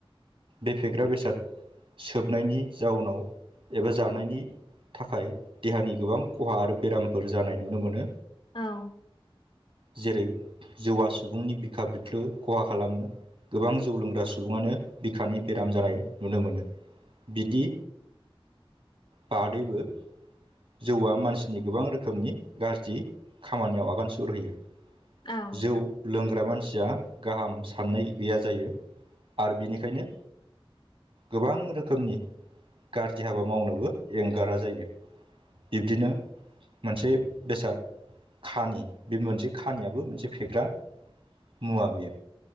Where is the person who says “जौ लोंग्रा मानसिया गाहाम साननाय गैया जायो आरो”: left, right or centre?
Right